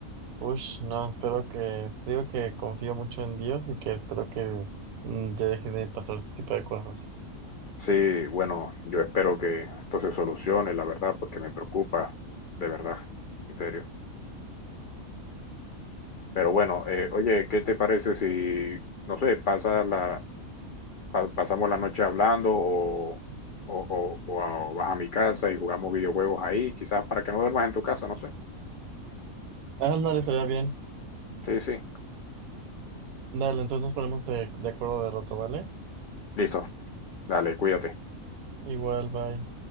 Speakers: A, on the right; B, on the left.
A: uff, no, espero que, digo que confío mucho en Dios y que espero que mm, ya deje de pasar este tipo de cosas.
B: sí, bueno, yo espero que esto se solucione, la verdad, porque me preocupa, de verdad, en serio. Pero bueno, eh, oye, ¿qué te parece si, no sé, pasa la, pa- pasamos la noche hablando o, o, o- o a- o vas a mi casa y jugamos videojuegos ahí, quizás para que no duermas en tu casa, no sé.
A: Ah, no, estaría bien.
B: Sí, sí,
A: Dale, entonces nos ponemos de, de acuerdo de rato, ¿vale?
B: listo, dale, cuídate.
A: Igual, bye.